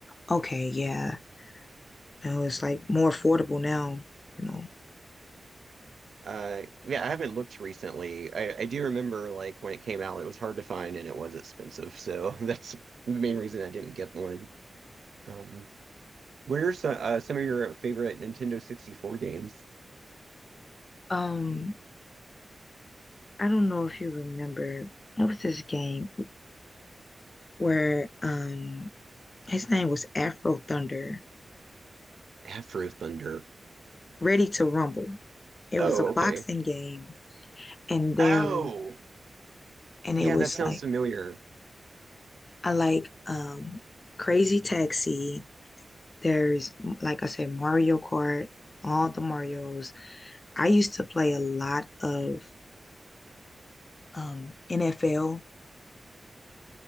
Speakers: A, on the left; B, on the right.
A: okay, yeah. You know, it's like more affordable now, you know.
B: Uh, yeah, I haven't looked recently. I, I do remember like when it came out, it was hard to find and it was expensive. So <laughs> that's the main reason I didn't get one. Um, what are some uh, some of your favorite Nintendo 64 games?
A: Um, I don't know if you remember, what was this game where um His name was Afro Thunder,
B: Afro Thunder.
A: Ready to Rumble. It
B: Oh,
A: was a
B: okay.
A: boxing game, and there
B: Oh,
A: and it
B: yeah,
A: was
B: that sounds
A: like
B: familiar.
A: I like um Crazy Taxi. There's like I said, Mario Kart, all the Marios. I used to play a lot of um NFL,